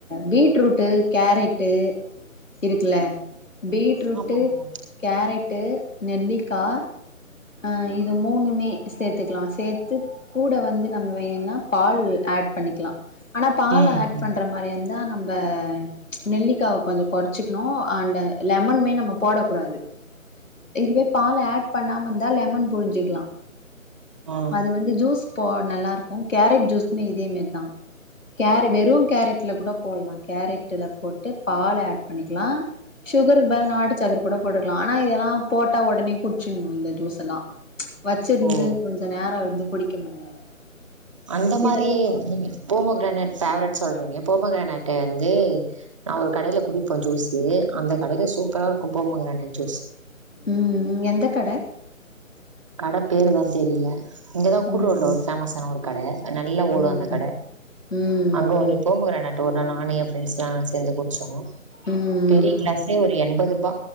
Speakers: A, on the left (about 65°); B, on the right (about 20°).
A: பீட்ரூட்டு கேரட்டு இருக்குல பீட்ரூட்டு
B: ஆமா, ஆமா.
A: கேரட்டு நெல்லிக்கா ஆஹ் இது மூணுமே சேத்துக்லா சேத்து கூட வந்து நம்ம வேணுனா பால் ஆட் பண்ணிக்கலா ஆனா பால்
B: ம்.
A: ஆட் பண்ற மாறியாருந்தா நம்ப நெல்லிக்காவ கொஞ்சோ கொறச்சிக்கணு அண்டு லெமன்மெ நம்ம போடக்கூடாது இதுவே பால் ஆட் பண்ணா வந்தா லெமன் புழிஞ்சிக்கலா
B: ஆ
A: அது வந்து ஜூஸ் போ நல்லா இருக்கு கேரட் ஜூஸ் மே இதேமேரி தா கேர வெறு கேரட்ல கூட போட்லா கேரட்டுல போட்டு பால் ஆட் பண்ணிக்லா சுகருக்கு பதிலா நாட்டுச்சக்கர கூட போட்டுக் லா ஆனா இதெல்லா போட்டா ஒடனே குடிச்சிணு இந்த ஜூஸ்ல்லா வச்சிருந்து
B: ஓ
A: கொஞ்ச நேர இருந்து குடிக்க முடியாது
B: அந்த மாறி
A: இதெல்லா
B: நீங்க போமோ கிரானேட் ஃபேவரட் சொல்றீங்க போமோ கிரானேட் வந்து நா ஒரு கடையில குடிப்பே ஜூஸூ அந்த கடையில சூப்பரா இருக்கு போமோ கிரானேட் ஜூஸ்
A: உம் எந்தக்கட
B: கடை பேருதா தெரிலே இங்கதா கூட்ரூர்ல
A: ம்
B: ஒரு ஃபேமஸ்ஸான ஒரு கட நல்லா ஓடு
A: ம்
B: அந்த
A: ம்
B: கட
A: ம்
B: அங்க ஒரு போமோ கிரானேட் ஒரு நாள் நானு என் பிரெண்ட்ஸ்லா சேந்து குடிச்சோ
A: ம்
B: பெரிய கிளாஸ்லயே
A: ம்
B: ஒரு எண்பது ரூபா